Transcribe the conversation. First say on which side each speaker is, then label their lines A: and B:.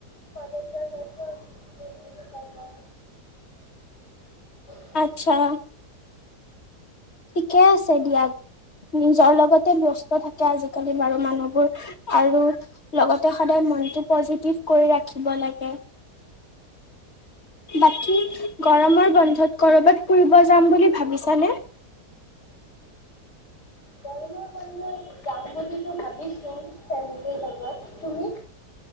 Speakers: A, on the left; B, on the left.
A: কলেজৰ নেটৰ্ক <unintelligible>
B: আচ্ছা ঠিকে আছে দিয়া নিজৰ লগতে ব্যস্ত থাকে আজিকালি বাৰু মানুহবোৰ আৰু লগতে সদায় মনটো পজিটিভ কৰি ৰাখিব লাগে বাকী গৰমৰ বন্ধত কৰ'বাত ফুৰিব যাম বুলি ভাবিছানে
A: গৰমৰ বন্ধুত যাম বুলিতো ভাবিছো ফেমেলীৰ লগত তুমি